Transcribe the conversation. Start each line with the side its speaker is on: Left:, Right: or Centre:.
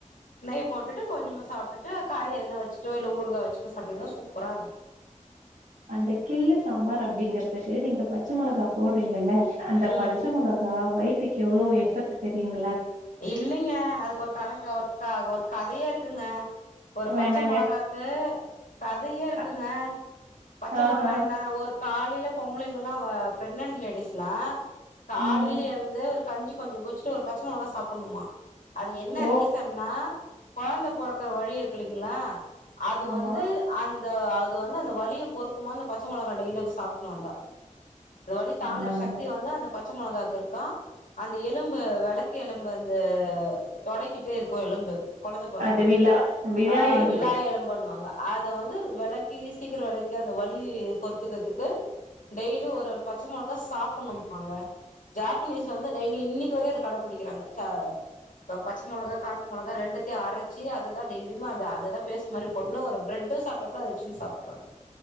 Left: நெய் போட்டுட்டு கொஞ்சமா சாப்ட்டுட்டு காய் எதுனா வச் சோ இல்ல ஊறுகா வச்சுட்டோ சாப்ட்டீங்கன்னா சூப்பரா இருக்கு
Right: அந்த கிள்ளு சாம்பார் அப்டிங்கிறதுக்கு நீங்க பச்ச மொளகா போடுறீங்கல்ல அந்த
Left: ம்
Right: பச்ச
Left: ம்
Right: மொள கா வயித்துக்கு எவ்ளோ எஃபெக்ட் தெரியுங்ளா
Left: இல்லைங்க அதுக்கு ஒரு கணக்கு ஒரு க ஒரு கதையே இருக்குங்க ஒரு
Right: வேணாங்க
Left: பச்ச மொளகாக்கு கதையே இருக்குங்க
Right: அ
Left: பச்ச
Right: ஆஹா
Left: மொளகா என்னான்னா ஒரு காலைல பொம்பளைங்கல்லா வ பிரெக்னன்ட் லேடிஸ்லா காலைல
Right: ம்
Left: எழுந்து ஒரு கஞ்சி கொஞ்ச குச்சுட்டு ஒரு பச்ச மொளகா சாப்பணுமா அது என்ன
Right: ஓ
Left: ரீசன் னா கொழந்த பொறக்குற வலி இருக்குல்லீங்ளா அது
Right: ஆமா
Left: வந்து அந்த அது வந்து அந்த வலிய பொறுக்குமா அந்த பச்ச மொளகா டெய்லி அப் சாப்ட்டுனு வந்தா அது வலி தாங்குற
Right: ஆமாங்க
Left: சக்தி வந்து அந்த பச்ச மொளகாக்கு இருக்கா அந்த எலும்பு வெளக்கு எலு ம்பு அந்த தொடைக்கிட்டே இருக்கு எலும்பு கொழந்த பொறக்குற
Right: அது
Left: வழி
Right: விழா விழா
Left: ஆ
Right: எலும்பு
Left: விளா எலும்புண்ணுவாங்க அத வந்து வெளக்கி சீக்கரோ வெளக்கி அந்த வலி பொறுத்துக்கிறதுக்கு டெய்லி ஒரு ஒரு பச்ச மொளகா சாப்டணும்பாங்க ஜாப்பனீஸ் வந்து டெய்லி இன்னிக்கு வரையு அத கட புடிக்கிறாங்க சா த பச்ச மொளகா காஞ்ச மொளகா ரெண்டத்தையு அரச்சு அததா டெய்லியுமே அந்த அததா பேஸ்ட் மாரி போட்டுணு ஒரு பிரெட்டு சாப்ட்டா கூட அத வச்சுடு சாப்புட்றாங்க